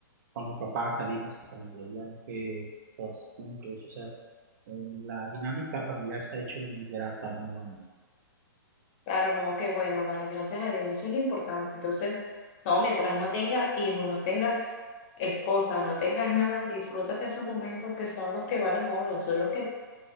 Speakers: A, on the right (about 50°); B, on the left (about 35°).
A: Con mi papá salimos y salimos de viaje, todos juntos. O sea, eh, la dinámica familiar se ha hecho muy grata, muy buena.
B: Claro, no, qué bueno, vale, gracias a Dios, eso es lo importante. Entonces, no, mientras no tengas hijos, no tengas esposa, no tengas nada, disfrútate esos momentos que son los que valen oro, son los que,